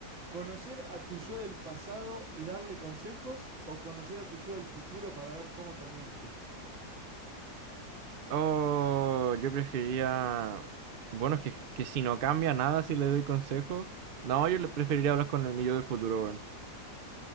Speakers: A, on the right; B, on the right.
A: ¿conocer a tu yo del pasado y darle consejos o conocer a tu yo del futuro para ver cómo terminaste?
B: Oh, yo preferiría... Bueno, es que, que si no cambia nada, si le doy consejos. No, yo le preferiría hablar con el mi yo del futuro, weón.